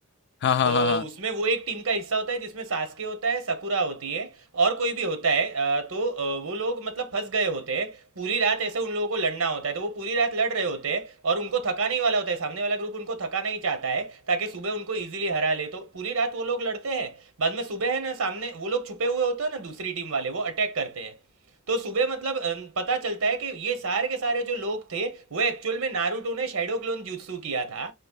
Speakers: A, on the left (about 55°); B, on the right (about 90°).
A: हाँ हाँ
B: तो
A: हाँ हाँ
B: उसमें वो एक टीम का हिस्सा होता है जिसमें सास्के होता है सकुरा होती है और कोई भी होता है अ, तो अ, वो लोग मतलब फंस गए होते हैं पूरी रात ऐसे उन लोगों को लड़ना होता है तो वो पूरी रात लड़ रहे होते हैं और उनको थकाने ही वाला होता है सामने वाला ग्रुप उनको थकाना ही चाहता है ताकि सुबह उनको ईजिली हरा ले तो पूरी रात वो लोग लड़ते हैं बाद में सुबह है ना सामने वो लोग छुपे हुए होते हैं ना दूसरी टीम वाले वो अटैक करते हैं तो सुबह मतलब अ, पता चलता है कि ये सारे के सारे जो लोग थे वो एक्चुअल में नारुतो ने शैडो क्लोन जुत्सु किया था